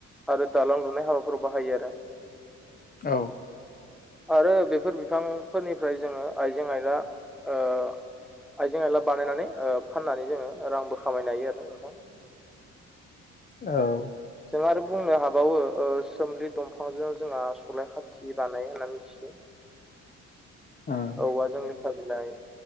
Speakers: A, in the centre; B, on the left.
A: आरो दालां लुनाय हाबाफोर बाहायो आरो।
B: औ
A: आरो बेफोर बिफांफोरनिफ्राय जोङो आइजें आयला ओ आइजें आइला बानायनानै ओ फाननानै जोङो रांबो खामायनो हायो आरो नोंथां।
B: औ
A: नों आरो बुंनो हाबावो ओ सोमलि दंफांजों जोंहा सलाय खाथि बानाय होनना मिथियो। <inaudible>
B: ओं
A: औवाजों लेखा बिलाइ